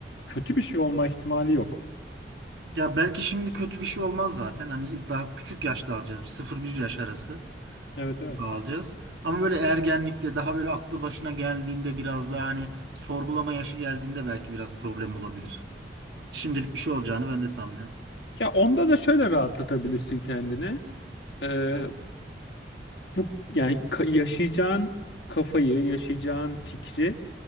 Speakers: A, on the left (about 70°); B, on the right (about 80°).
A: kötü bir şey olma ihtimali yok.
B: Ya belki şimdi kötü bir şey olmaz zaten. Hani ilk daha küçük yaşta alacağız. Bir sıfır 1 yaş arası
A: Evet evet.
B: gibi alacağız. Ama böyle ergenlikte daha böyle aklı başına geldiğinde biraz daha hani sorgulama yaşı geldiğinde belki biraz problem olabilir. Şimdilik bir şey olacağını ben de sanmıyorum.
A: Ya onda da şöyle rahatlatabilirsin kendini. Ee, Bu yani ka- yaşayacağın kafayı, yaşayacağın fikri